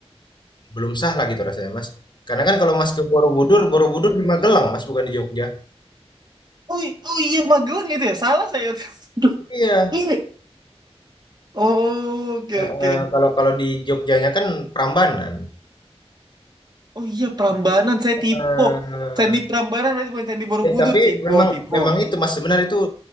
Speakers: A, on the left; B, on the right.
A: belum sah lah gitu rasanya Mas. Karena kan kalau Mas ke Borobudur, Borobudur di Magelang Mas bukan di Jogja.
B: Oh, i- oh iya, Magelang gitu ya, salah saya. <laughs> Aduh,
A: Iya,
B: ini. Oh, oke,
A: Heeh,
B: oke.
A: kalau kalau di Jogjanya kan Prambanan.
B: Oh iya Prambanan, saya Tipo.
A: Heeh.
B: Candi Prambanan berarti bukan Candi Borobudur,
A: Eh, tapi
B: Tipo,
A: memang
B: Tipo.
A: memang itu Mas sebenarnya itu